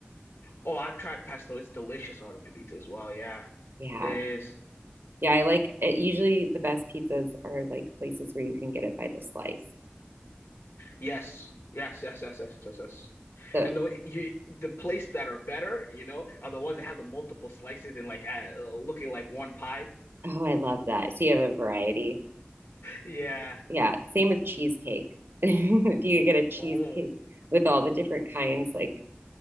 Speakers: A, on the left (about 75°); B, on the right (about 70°).
A: Oh, I've tried pesto. It's delicious on a pizza as well. Yeah,
B: Yeah,
A: it is.
B: Yeah, I like it. Usually the best pizzas are like places where you can get it by the slice.
A: Yes, yes, yes, yes, yes, yes, yes.
B: So,
A: And the you the place that are better, you know, are the ones that have the multiple slices and like uh, looking like one pie.
B: oh, I love that. So you have a variety.
A: Yeah.
B: Yeah, same with cheesecake. <laughs> If you get a cheesecake
A: Oh,
B: with all the different kinds, like